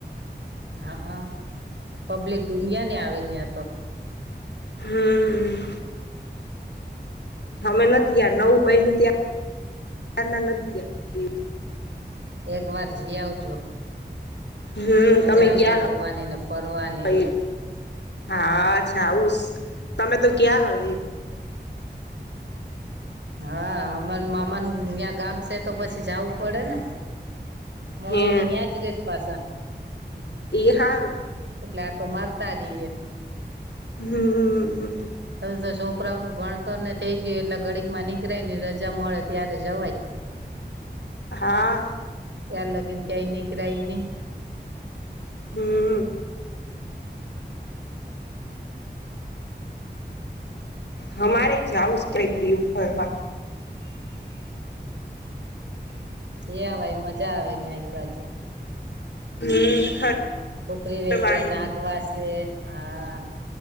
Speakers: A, on the right; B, on the left.
A: હા હા, પબ્લિક દુનિયા ની આવે ત્યાં તો.
B: હમ્મ. અમે નથી ગયા, નવું બયનુ ત્યાં ના નથી ગયા દિવ.
A: એક વાર જઈ આવજો.
B: હમ્મ
A: મજા
B: તમે
A: આવી
B: ગયા
A: જોવાની ને ફરવાની ને
B: હઈ હા. અચ્છા ઉસ, તમે તો ગ્યા હોય.
A: હા હર મામા ન ગામ ત્યાં સ તે તો પછી જવું પડે ને મમ્મી
B: હે
A: ની ન્યા જ રેસ પાછા.
B: ઈ હારું.
A: એટલે આટો મારતા રહીએ.
B: હમ્મ.
A: હવ તો છોકરાઓ નું ભણતર ને થઈ ગયું એટલે ગડીક માં નીકળય ને રજા મળે ત્યારે જવાય.
B: હા
A: તાર લગીન ક્યાઈ નીકરાઈ નઈ.
B: હમ્મ. હમારે જાવું સ ટ્રિપ ફરવા.
A: જઈ આવાય મજા આવે ઈ બાજુ.
B: હમ
A: ખુકરી
B: ફરવાનું
A: વેસે, નાગ વાસે. હા